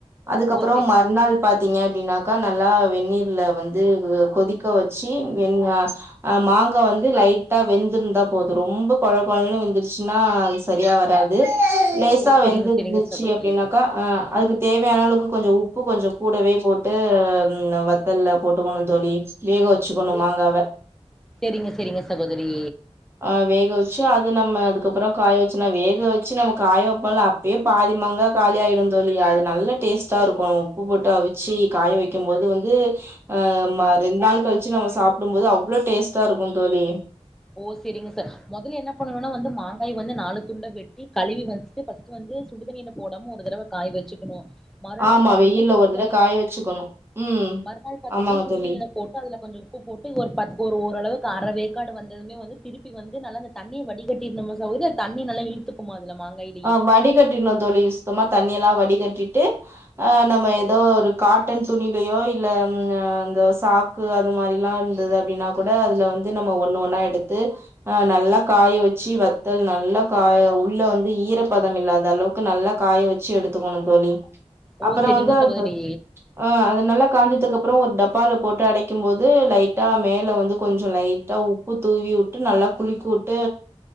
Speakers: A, on the right; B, in the centre.
A: அதுக்கப்பறோ
B: ஓ செ
A: மறுநாள் பாத்தீங்க அப்டினாக்கா நல்லா வென்நீர்ல வந்து கொதிக்க வச்சு வென் அ மாங்கா வந்து லைட்டா வெந்துருந்தா போது ரொம்ப கொழ கொழன்னு வந்துருச்சின்னா அது சரியா வராது லேசா
B: ஓ செரிங்க
A: வெந்துருந்துச்சு
B: செரிங்க சகோதரி
A: அப்டின்னாக்கா அ அதுக்கு தேவையான அளவுக்கு கொஞ்சோ உப்பு கொஞ்சோ கூடவே போட்டு வத்தல்ல போட்டுக்கணு தோழி வேக வச் வச்சுக்கணு
B: ஓ
A: மாங்காவ
B: செரிங்க செரிங்க சகோதரி
A: ஆ வேக வச் வச்சு அது நம்ம அதுக்கப்பரோ காய வச்சனோ வேக வச்சி நம்ம காய வப்போல அப்டியே பாதி மங்கா காலி ஆயிடு தோழி அது நல்ல டேஸ்ட்டா இருக்கு உப்பு போட்டு அவிச்சி காய வக் வக்கிக்கு போது வந்து அ ரெண்டு நாள் கழிச்சு நம்ம சாப்டு போது அவ்ளோ டேஸ்ட்டா இருக்கு தோழி
B: ஓ செரிங்க சார் முதல்ல என்ன பண்ணணுனா வந்து மா மாங்காய வந்து நாலு துண்டா வெட்டி கழுவி வச்சிட்டு பஸ்ட்டு வந்து சுடுதண்ணீல போடாம ஒரு தடவ காய வச்சுக்கணு மறுநாள்
A: ஆமா
B: பாத்தீங்கன்னா
A: வெயில்ல
B: சுடுதண்ணில
A: ஒரு தட காய வச்சுக்கணு ம்
B: மறுநாள் பாத்தீங்கன்னா
A: ஆமாங்க
B: சுடுதண்ணில
A: தோழி
B: போட் அதுல கொஞ்சோ உப்பு போட்டு ஒரு பத்து ஓரளவுக்கு அர வேக்காடு வந் வெந்ததுமே வந்து திருப்பி வந்து நல்லா தண்ணிய வடிக்கட்டுபோது தண்ணி நல்லா இழுத்துக்குமா அதுல மாங்காய்
A: ஆ வடிகட்டிறணு தோழி சுத்தமா தண்ணி எல்லா வடிகட்டிட்டு ஆ நம்ம எதோ ஒரு காட்டன் துணிலையோ இல்ல அந்த சாஃப்ட் க்கு அது மாரி எல்லா இருந்தது அப்டின்னா கூட அதுல வந்து நம்ம ஒன்னு ஒன்னா எடுத்து அ நல்லா காய வச்சு வத்தல் நல்லா காய உள்ள வந்து ஈரப்பதம் இல்லாத அளவுக்கு நல்லா காய வச்சு எடுத்துக்கணு தோழி
B: ஓ
A: அப்பறோ
B: செரிங்க
A: வந்து
B: சகோதரி
A: அது ஆ அது நல்லா காஞ்சதுக்கு அப்றோ ஒரு டப்பால போட்டு அடைக்கு போது லைட்டா மேல வந்து கொஞ்சோ லைட்டா உப் உப்பு தூவி வுட்டு நல்லா குலுக்கிவுட்டு